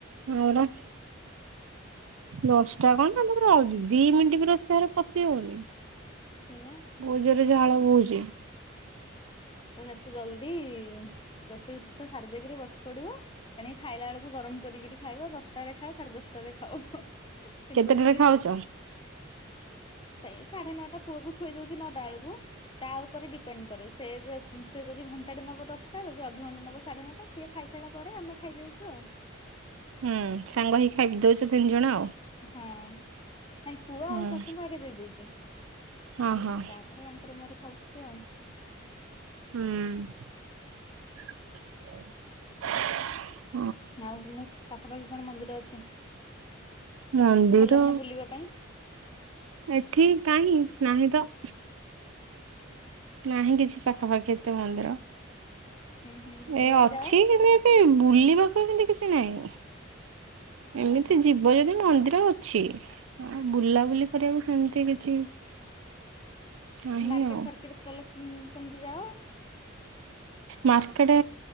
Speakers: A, on the right (about 85°); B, on the left (about 25°).
A: ହ ପରା। ଦଶଟା କଣ ରହୁଛି ଦି ମିନିଟ୍ ବି ରସେଇାରେ ପଶି ହଉନି।
B: ଆ ସେବା।
A: ବହୁତ ଜୋରରେ ଝାଳ ବୋହୁଛି।
B: ତ ଯେତେ ଜଲ୍ଦି ରୋଷେଇ ଠୋଷ ସାରି ଦେଇେଇକରି ବସି ପଡିବ ସେଣିକ ଖାଇଲା ବେଳକୁ ଗରମ। କରିକିରି ଖାଇବ ଦଶଟାରେ ଖାଅ ସାଢେ ଦଶଟାରେ ଖାଅ କିନ୍ତୁ
A: କେତେଟାରେ
B: ରୋଷେଇ
A: ଖାଉଛ?
B: ଜଲଦି। ସେଇ ସାଢେ ନଅଟା ପୁଅକୁ ଖୁଇ ଦଉଛି ନଅଟା ବେଳକୁ ତା ଉପରେ ଡିପେଣ୍ଡ କରେ ସେ ଯ। ସେ ଯଦି ଘଣ୍ଟାେ ନବ ଦଶଟା ଯଦି ଅଧଘଣ୍ଟା ନେବ ସାଢେ ନଅଟା ସିଏ ଖାଇସାରିଲା ପରେମେ ଖାଇଦଉଛୁ ଆଉ।
A: ହୁଁ ସାଙ୍ଗ ହେଇ ଖାଇି ଦଉଛ ତିନି ଜଣ ଆଉ।
B: ହଁ ନାଇଁ ପୁଅ
A: ହୁଁ
B: ଆଉ ଶାଶୁଙ୍କୁ ଆଗେ ଦେଇ ଦଉଛି ତା
A: ହଁ ହଁ
B: ୟାଙ୍କର ମୋର ଖାଉଥିବ ଆଉ।
A: ହୁଁ।
B: ଆଉ ତମ ପାଖାପାଖି କଣ ମନ୍ଦିର ଅଛି?
A: ମନ୍ଦିର
B: ଭଲ ମାନେ ବୁଲିବା ପାଇଁ?
A: ଏଠି କାହିଁ ନାହିଁ ତ। ନାହିଁ କିଛି ପାଖାପାଖି ଏତେ ମନ୍ଦିର।
B: ଉୁଁ ହୁଁ
A: ଏ
B: ଯୁଆଡେ
A: ଅଛି
B: ଯାଅ
A: କେମତି ବୁଲିବାକୁ ଏମିତି କିଛି ନହିଁ ଏମିତି
B: ଓହୋ
A: ଯିବ। ଯିବ ଯଦି ମନ୍ଦିର ଅଛି ଆଉ ବୁଲାବୁଲି କରିବାକୁ ସେମିତି କିଛି। ନାହିଁ
B: ମାର୍କେଟ
A: ଆଉ।
B: ଫାର୍କେଟ ଗଲେ କେମିତି ଯାଅ?
A: ମାର୍କେଟ